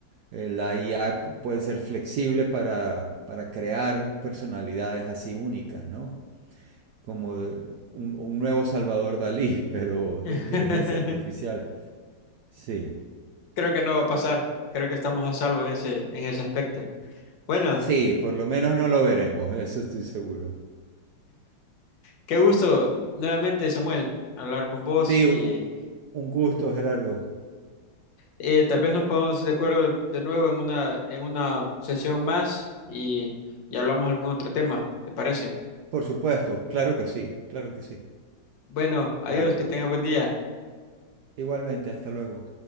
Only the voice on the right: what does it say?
Eh, La IA pu- puede ser flexible para, para crear personalidades así únicas, ¿no? Como de- un, un nuevo Salvador Dalí, <laughs> pero
de inteligencia artificial. Sí,
sí, por lo menos no lo veremos, <laughs> eso estoy seguro.
Sí,
u- un gusto, Gerardo.
Por supuesto, claro que sí, claro que sí.
Vale,
igualmente, hasta luego.